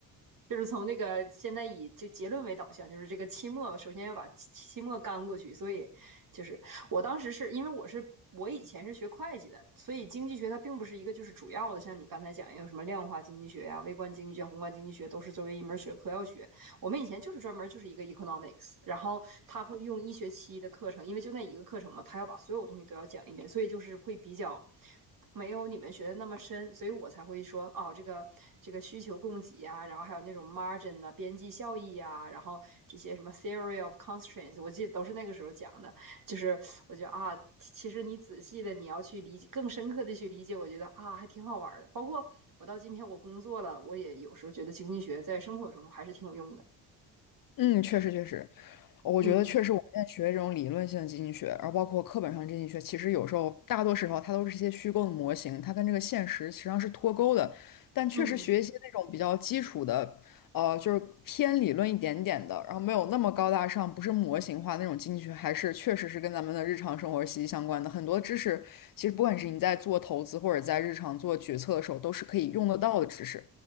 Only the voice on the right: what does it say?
就是从那个现在以这结论为导向，就是这个期末首先要把期期末干过去。所以就是我当时是因为我是。我以前是学会计的，所以经济学它并不是一个就是主要的，像你刚才讲有什么量化经济学呀、啊微观经济学、宏观经济学都是作为一门学科要学。我们以前就是专门就是一个 economics，然后他会用一学期的课程，因为就那一个课程嘛，他要把所有东西都要讲一遍，所以就是会比较没有你们学的那么深，所以我才会说哦，这个这个需求供给呀、然后还有那种 margin 啊、边际效益呀、然后这些什么 theory of constraints，我记得都是那个时候讲的，就是我觉得啊，其实你仔细的你要去理解，更深刻的去理解，我觉得啊还挺好玩的。包括我到今天我工作了，我也有时候觉得经济学在生活中还是挺有用的。
嗯
嗯